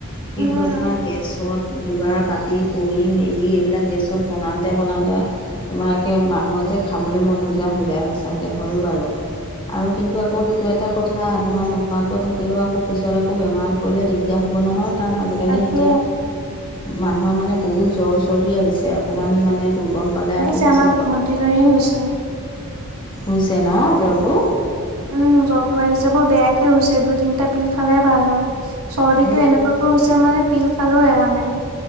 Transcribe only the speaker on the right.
উম
তাকে
আহিছে,
আমাক ভৰ্তি কৰি হৈছে।
উম, জ্বৰটো আহিছে বৰ বেয়াকে হৈছে দুই তিনটা পিল খালে ভাল হয়। চৰ্দি
টো এনেকুৱাকো হৈছে মানে পিল খালেও এৰা নাই।